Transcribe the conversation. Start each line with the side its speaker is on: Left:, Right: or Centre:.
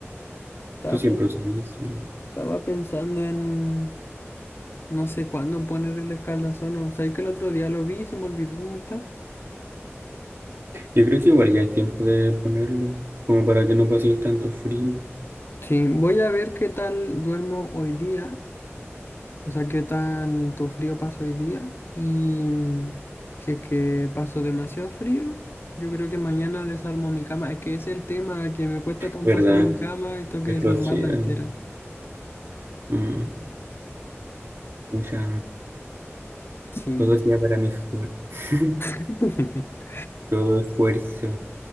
Left: Estaba,
Right: tú siempre
Left: pen-
Right: usas eso.
Left: estaba pensando en... No sé cuándo poner el escaldazón. Sabes que el otro día lo vi y se me olvidó dónde está.
Right: Yo creo que igual ya es tiempo de ponerlo, como para que no pase tanto frío,
Left: Sí, voy a ver qué tal duermo hoy día. O sea, qué tanto frío paso hoy día. Y mm, si es que paso demasiado frío, yo creo que mañana desarmo mi cama. Es que ese es el tema que me cuesta tanto
Right: ¿verdad?
Left: hacer mi cama y tengo que
Right: Qué
Left: desarmarla
Right: flojera.
Left: entera.
Right: Mm, mucha...
Left: Sí.
Right: Todo sea para mejor. <laughs>
Left: <laughs>
Right: Todo esfuerzo.